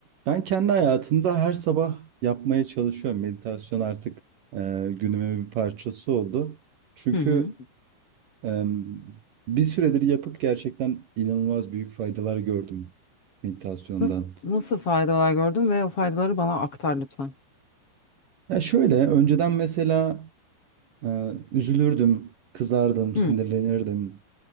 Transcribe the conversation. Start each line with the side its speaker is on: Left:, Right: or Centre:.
Right: Ben kendi hayatımda her sabah yapmaya çalışıyorum. Meditasyon artık e, günümün bir parçası oldu. Çünkü
Left: Hı hı.
Right: e, bir süredir yapıp gerçekten inanılmaz büyük faydalar gördüm meditasyondan.
Left: Nasıl, nasıl faydalar gördün ve o faydaları bana aktar lütfen.
Right: Ya şöyle, önceden mesela e, üzülürdüm, kızardım,
Left: Hı
Right: sinirlenirdim.